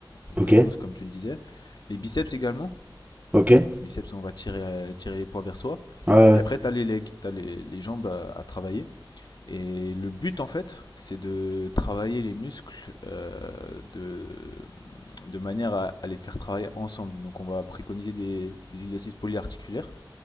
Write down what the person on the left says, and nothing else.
donc
le dos comme tu le disais. Les biceps également,
les biceps on va tirer, tirer les poids vers soi.
Et après tu as les legs, tu as les, les jambes à, à travailler. Et le but en fait c'est de travailler les muscles euh, de, de manière à, à les faire travailler ensemble. Donc on va préconiser des, des exercices polyarticulaires,